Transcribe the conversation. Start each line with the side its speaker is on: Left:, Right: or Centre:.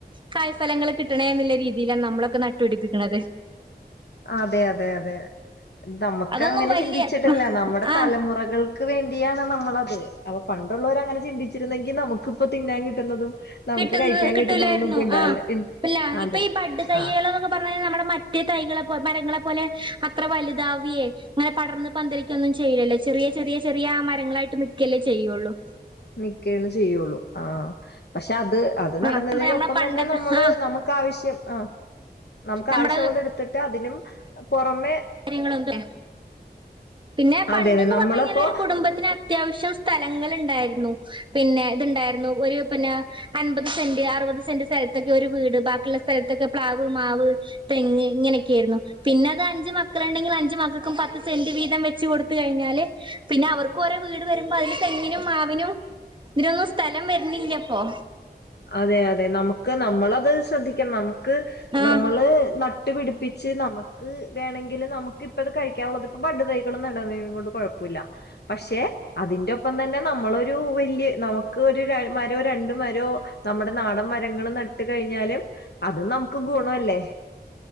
Right: കായ്ഫലങ്ങൾ കിട്ടണേ എന്നുള്ള രീതിയിലാണ് നമ്മളൊക്കെ ന നട്ടുപിടിപ്പിക്കണത്
Left: അതെ അതെ അതെ നമുക്ക്
Right: അതൊന്നും
Left: അങ്ങനെ
Right: വലിയ
Left: ചിന്തിച്ചിട്ടില്ല നമ്മുടെ തലമുറകൾക്ക്
Right: ആഹ്
Left: വേ മടിയാണ് നമ്മളത് അപ്പൊ പണ്ടുള്ളവര അങ്ങനെ ചിന്തിച്ചിരുന്നെങ്കിൽ നമുക്കിപ്പ തിന്നാൻ കിട്ടുന്നതും നമുക്ക്
Right: കിട്ടുന്നത്
Left: കഴിക്കാൻ
Right: കിട്ടൂല്ലായിരുന്നു
Left: കിട്ടുന്നതൊന്നും ഇപ്പ ഇണ്ടാവില്ല
Right: ആ ഞാനിപ്പം
Left: അതെ
Right: ഇപ്പൊ ഈ ബഡ് തൈകള്
Left: ആ
Right: എന്നൊക്കെ പറഞ്ഞു കഴിഞ്ഞാൽ നമ്മുടെ മ മറ്റേ തൈകളെ മരങ്ങളെപ്പോലെ അത്ര വലുതാവിയേ അങ്ങനെ പടർന്ന് പന്തലിക്കൊന്നും ചെയ്ലല്ലേ ചെറിയ ചെറിയ ചെറിയ മരങ്ങളായിട്ട് നിക്കല്ലേ ചെയ്യുള്ളൂ
Left: നിക്കേണ് ചെയ്യുള്ളൂ ആ പക്ഷെ അത് അത് നടന്നതിനൊപ്പം
Right: ആ നമ്മളെ പണ്ടത്തെ
Left: തന്നെ നമ്മള്
Right: ആ
Left: നമുക്ക് ആവശ്യം ആ നമുക്ക്
Right: നമ്മുടെ
Left: ആവശ്യമുള്ളത് എടുത്തിട്ട് അതിനും പുറമെ
Right: കാര്യങ്ങളൊക്കെ പിന്നെ പണ്ടെന്നുപറഞ്ഞു
Left: അതെ അതെ നമ്മളിപ്പോ
Right: കഴിഞ്ഞാൽ ഒരു കുടുംബത്തിന് അത്യാവശ്യം സ്ഥലങ്ങളുണ്ടായിരുന്നു. പിന്നെ ഇതുണ്ടായിരുന്നു ഒരു പിന്നെ അൻപത് സെന്റ്, അറുപത് സെന്റ്, സ്ഥലത്തൊക്കെ ഒരു വീട് ബാക്കിയുള്ള സ്ഥലത്തൊക്കെ പ്ലാവ്, മാവ്, തെങ്ങ്, ഇങ്ങനെയൊക്കൊയിരുന്നു പിന്നെ അത് അഞ്ച് മ മക്കളുണ്ടെങ്കിൽ അഞ്ചു മക്കൾക്കും പത്ത് സെന്റ് വീതം വെച്ച് കൊടുത്ത കഴിഞ്ഞാല് പിന്നെ അവർക്കും ഓരോ വീട് വരുമ്പോ അതില് തെങ്ങിനും, മാവിനും, ഇതിനൊന്നും സ്ഥലം വരുന്നില്ലപ്പൊ
Left: അതെ അതെ നമുക്ക് നമ്മളത് ശ്രദ്ധിക്കണം നമുക്ക്
Right: ആഹ്
Left: നമ്മള് നട്ടുപിടിപ്പ് ച്ച് നമുക്ക് വേണമെങ്കിൽ നമുക്ക് ഇപ്പത് കഴിക്കാനുള്ളതിപ്പം ബഡ് തൈകള് നടന്നതിനെ കൊണ്ട് കുഴപ്പമില്ല പക്ഷെ അതിന്റെ ഒപ്പം തന്നെ നമ്മളൊരു വലിയ നമു ക്ക് ഒരു ര മരോ രണ്ട് മരോ നമ്മുടെ നാടൻ മരങ്ങള് നട്ട് കഴിഞ്ഞാലും അത് നമുക്ക് ഗുണം അല്ലേ